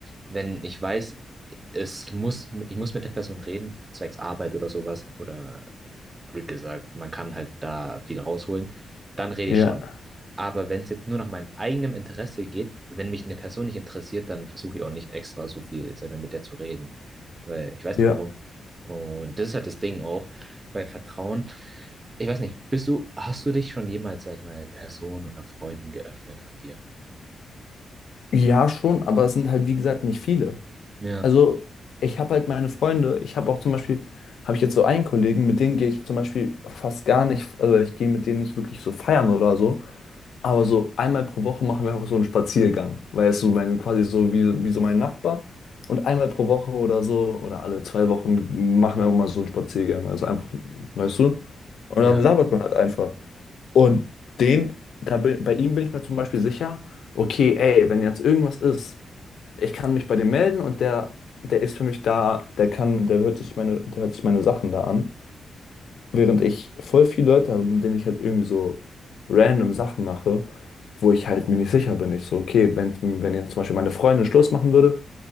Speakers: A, on the right; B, on the left.
A: Wenn ich weiß, es muss, ich muss mit der Person reden, zwecks Arbeit oder sowas, oder blöd gesagt, man kann halt da viel rausholen, dann rede
B: ja,
A: ich schon. Aber wenn es jetzt nur nach meinem eigenen Interesse geht, wenn mich eine Person nicht interessiert, dann versuche ich auch nicht extra so viel, sag ich mal, mit der zu reden. Weil ich weiß
B: ja.
A: nicht warum. Und das ist halt das Ding auch bei Vertrauen. Ich weiß nicht, bist du, hast du dich schon jemals, sag ich mal, Personen oder Freunden geöffnet von dir?
B: Ja, schon, aber es sind halt, wie gesagt, nicht viele.
A: Ja,
B: also ich habe halt meine Freunde, ich habe auch zum Beispiel, habe ich jetzt so einen Kollegen, mit denen gehe ich zum Beispiel fast gar nicht, also ich gehe mit denen nicht wirklich so feiern oder so, aber so einmal pro Woche machen wir einfach so einen Spaziergang, weil es so mein, quasi so wie, wie so mein Nachbar und einmal pro Woche oder so oder alle zwei Wochen machen wir auch mal so einen Spaziergang, also einfach, weißt du, und
A: ja.
B: dann labert man halt einfach. Und den, da bin, bei ihm bin ich mir zum Beispiel sicher, okay, ey, wenn jetzt irgendwas ist, ich kann mich bei dem melden und der, der ist für mich da, der kann, der hört sich meine, der hört sich meine Sachen da an. Während ich voll viele Leute habe, mit denen ich halt irgendwie so random Sachen mache, wo ich halt mir nicht sicher bin. Ich so, okay, wenn, wenn jetzt zum Beispiel meine Freundin Schluss machen würde,